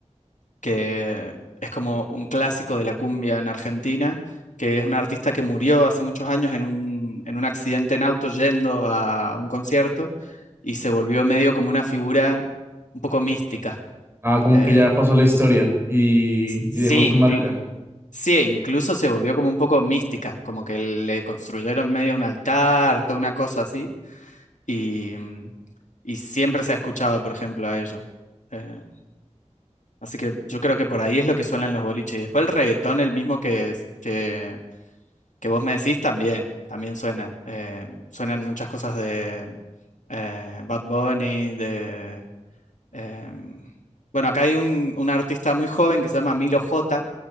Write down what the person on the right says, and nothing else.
ah, como
que ya pasó la historia y,
y dejó su marca.